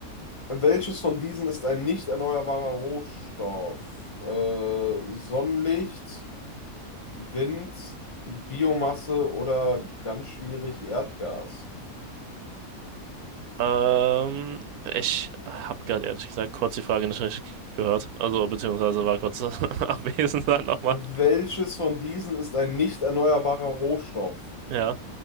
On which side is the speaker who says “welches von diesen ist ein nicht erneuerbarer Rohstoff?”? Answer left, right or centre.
Left